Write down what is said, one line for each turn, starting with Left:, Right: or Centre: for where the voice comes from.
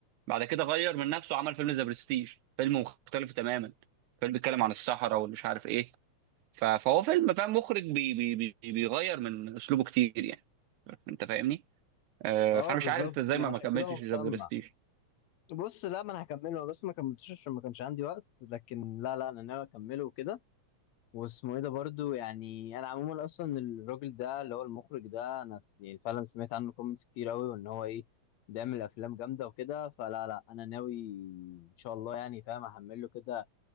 Right: بعد كده غير من نفسه وعمل فيلم ذا برستيج فيلم مختلف تماما فيلم بيتكلم عن الصحراء والمش عارف ايه ف- فهو فيلم فاهم مخرج بي بي بي بيغير من اسلوبه كتير يعني انت فاهمني آه،
Left: اه
Right: فانا
Left: بالظبط
Right: مش عارف انت ازاي
Left: ما
Right: ما
Left: عشان
Right: ما كملتش
Left: كده هو مسمع
Right: ذا برستيج
Left: بص لا ما انا هكمله انا بس ما كملتوش عشان ما كانش عندي وقت لكن لا لا انا ناوي اكمله وكده واسمه ايه ده برضو يعني انا عموما اصلا الراجل ده اللي هو المخرج ده انا س- يعني فعلا سمعت عنه كومنتس كتير قوي وان هو ايه بيعمل افلام جامده وكده فلا لا انا ناوي ان شاء الله يعني فاهم احمله كده